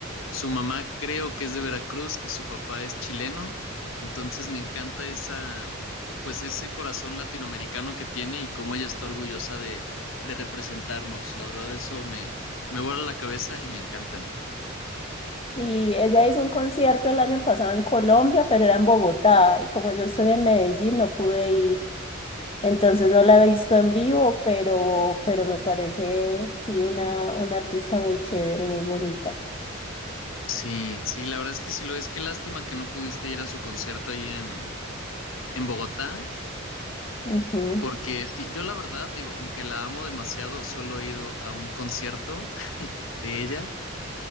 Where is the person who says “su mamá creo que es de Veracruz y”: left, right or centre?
Left